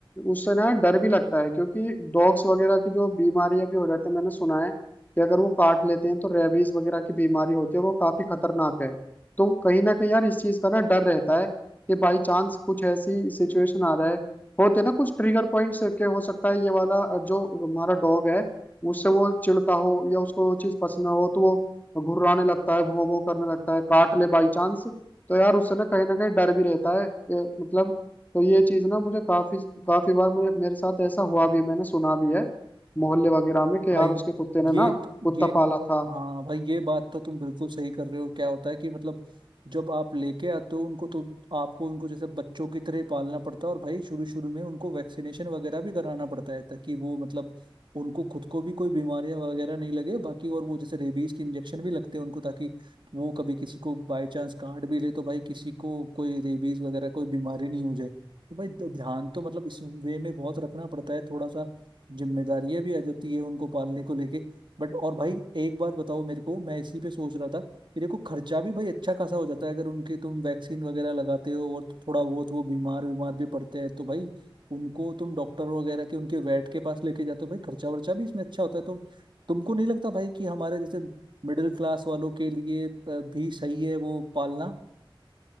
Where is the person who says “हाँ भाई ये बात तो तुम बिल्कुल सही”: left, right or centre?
Right